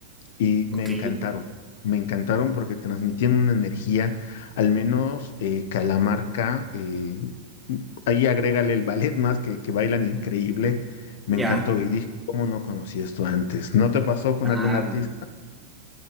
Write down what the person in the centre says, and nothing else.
ok,
ya,
claro.